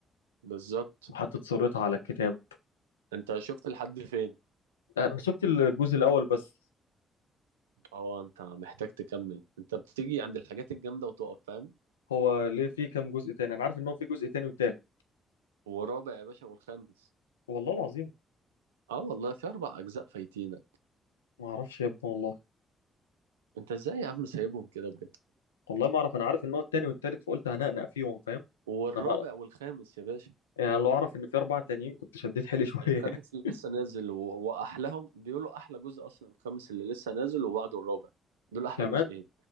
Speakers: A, on the right; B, on the left.
A: بالظبط
B: وحطت صورتها على الكتاب
A: انت شفت لحد فين
B: آه، انا شفت الجزء الاول بس
A: اه انت محتاج تكمل انت بتيجي عند الحاجات الجامده وتقف فاهم
B: هو ليه في كام جزء تاني انا عارف ان هو في جزء تاني وتالت
A: ورابع يا باشا والخامس
B: والله العظيم
A: اه والله في اربع اجزاء فايتينك
B: ما اعرفش يا ابني والله
A: انت ازاي يا عم سايبهم كده بجد
B: والله ما اعرف انا عارف ان هو التاني والتالت فقلت هنقنق فيهم فاهم
A: والرابع
B: انا ما
A: والخامس يا باشا
B: يعني لو اعرف ان في اربعة تانيين كنت شديت حيلي شوية
A: الخامس
B: <laughs>
A: اللي لسه نازل و... واحلاهم بيقولوا احلى جزء اصلا الخامس اللي لسه نازل وبعده الرابع دول احلى
B: كمان
A: جزئين